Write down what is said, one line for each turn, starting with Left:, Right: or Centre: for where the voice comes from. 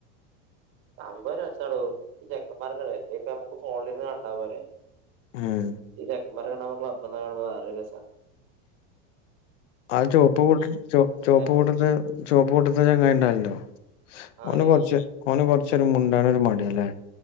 Right: സംഭവം രസാടോ ഈ ചെക്കൻമാർഗ അല്ലേ ഇപ്പ നമുക്ക് ഫോണിലിരുന്ന് കണ്ടാവ പോരെേ
Left: ഉം
Right: ഇതക്ക് മരക നമക്കള ബന്താ കാണ്പ അദസ
Left: ആ ചുവപ്പ് കൂട്ട ചുവപ്പ്
Right: ഏഹ്
Left: കൂട്ടട്ട ചുവപ്പ് കൂട്ടത്ത ഞാൻ കഴിണ്ടല്ലോ
Right: ആര്
Left: ഓ കൊറച്ച് ഓന് കൊറച്ചൊരു മുണ്ടണ ഒരു മടില്ലേ